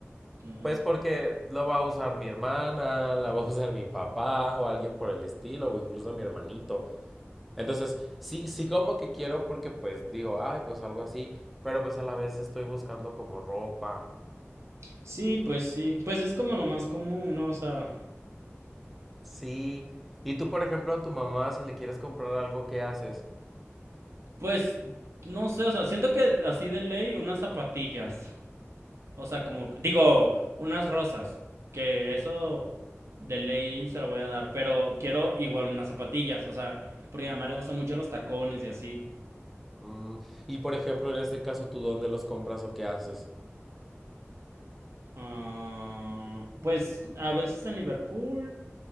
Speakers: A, on the right; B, in the centre.
A: no.
B: Pues porque lo va a usar mi hermana, la va a usar mi papá o alguien por el estilo, o incluso mi hermanito. Entonces, sí, sí como que quiero porque pues digo, ay, pues algo así, pero pues a la vez estoy buscando como ropa.
A: Sí, pues sí. Pues es como lo más común, ¿no? O sea,
B: Sí, y tú, por ejemplo, a tu mamá, si le quieres comprar algo, ¿qué haces?
A: pues no sé, o sea, siento que así de ley unas zapatillas. O sea, como, digo, unas rosas. Que eso de ley se lo voy a dar. Pero quiero igual unas zapatillas. O sea, porque a mi mamá le gustan mucho los tacones y así.
B: Mm, y por ejemplo, en este caso, ¿tú dónde los compras o qué haces?
A: Ah, pues a veces en Liverpool.